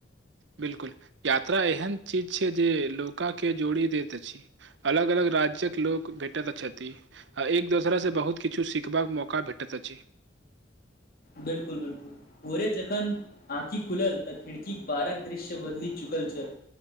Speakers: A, on the right (about 70°); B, on the left (about 55°).
A: बिल्कुल यात्रा एहन चीज छै जे लोकाके जोड़ि दैत अछि। अलग अलग राज्यक लोक भेटैत छथि। ह एक दोसरासँ बहुत किछु सीखबाक मौका भेटैत अछि।
B: बिल्कुल बिलकुल। भोरे जखन आँखी खुलल तऽ खिड़कीक बारक दृश्य बदली चुकल छल।